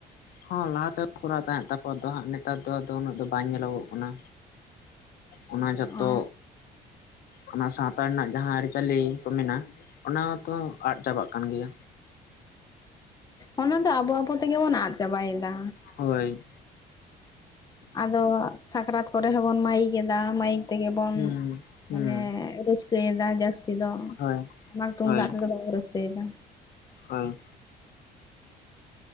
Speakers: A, on the left; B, on the left.
A: ᱦᱚᱸ ᱞᱟᱦᱟᱛᱮ ᱯᱷᱚᱨᱟᱣ ᱛᱟᱦᱮᱸᱫ ᱛᱟᱠᱚᱣᱟ ᱛᱚ ᱦᱟᱸᱜ ᱱᱮᱛᱟᱨ ᱫᱚ ᱟᱫᱚ ᱩᱱᱟᱹᱜ ᱫᱚ ᱵᱟᱝ ᱧᱮᱞᱚᱜᱚᱜ ᱠᱟᱱᱟ᱾ ᱚᱱᱟ ᱡᱚᱛᱚ
B: ᱚ
A: ᱚᱱᱟ ᱥᱟᱶᱛᱟ ᱨᱮᱱᱟᱜ ᱡᱟᱦᱟᱸ ᱟᱹᱨᱤᱪᱟᱹᱞᱤ ᱠᱚ ᱢᱮᱱᱟᱜ ᱚᱱᱟ ᱦᱚᱛᱚ ᱟᱫ ᱪᱟᱵᱟᱜ ᱠᱟᱱ ᱜᱮᱭᱟ
B: ᱚᱸᱻ ᱚᱱᱟ ᱫᱚ ᱟᱵᱚ ᱟᱵᱚ ᱛᱮᱜᱮ ᱵᱚᱱ ᱟᱫ ᱪᱟᱵᱟᱭᱮᱫᱟ᱾
A: ᱦᱳᱭ
B: ᱟᱫᱚ ᱥᱟᱠᱨᱟᱛ ᱠᱚᱨᱮ ᱦᱚᱸᱵᱚᱱ ᱢᱟᱹᱭᱤᱠ ᱮᱫᱟ ᱢᱟᱹᱭᱤᱠ ᱛᱮᱜᱮ ᱵᱚᱱ
A: ᱦᱩᱸ ᱦᱩᱸ
B: ᱢᱟᱱᱮ ᱨᱟᱹᱥᱠᱟᱹᱭᱮᱫᱟ ᱡᱟᱹᱥ ᱪᱮᱫᱚᱜ
A: ᱦᱳᱭ
B: ᱴᱟᱢᱟᱠ ᱛᱩᱢᱫᱟᱜ
A: ᱦᱳᱭ
B: ᱛᱮᱫᱚ ᱵᱟᱵᱚ ᱨᱟᱹᱥᱠᱟᱹᱭᱮᱫᱟ
A: ᱦᱳᱭ